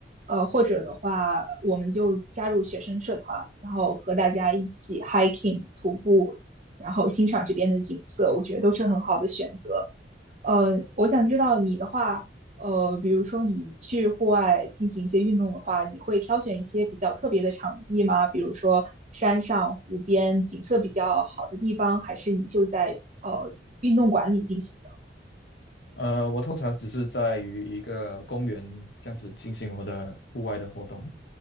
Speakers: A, on the right (about 40°); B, on the left (about 65°).
A: 呃，或者的话，我们就加入学生社团，然后和大家一起 hiking 徒步，然后欣赏这边的景色，我觉得都是很好的选择。呃，我想知道你的话，呃，比如说你去户外进行一些运动的话，你会挑选一些比较特别的场地吗？比如说山上、湖边，景色比较好的地方，还是你就在呃运动馆里进行的？
B: 呃，我通常只是在于一个公园这样子进行我的户外的活动，